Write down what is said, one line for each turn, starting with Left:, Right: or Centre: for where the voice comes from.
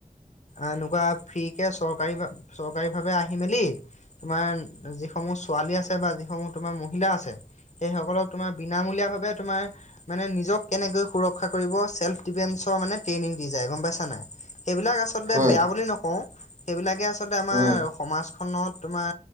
Left: এনেকুৱা ফ্ৰীকৈ চৰকাৰী চৰকাৰীভাৱে আহি মেলি। তোমাৰ যিসমূহ ছোৱালী আছে বা যিসমূহ তোমাৰ মহিলা আছে। সেইসকলক তোমাৰ বিনামূলীয়াভাৱে তোমাৰ মানে নিজক কেনেকৈ সুৰক্ষা কৰিব চেল্ফ ডিফেন্সৰ মানে ট্ৰেইনিং দি যায় গ'ম পাইছা নাই? এইবিলাক আচলতে
Right: হয়
Left: বেয়া বুলি নকও। সেইবিলাকে আচলতে আমাৰ
Right: হয় উম
Left: সমাজখনত তোমাৰ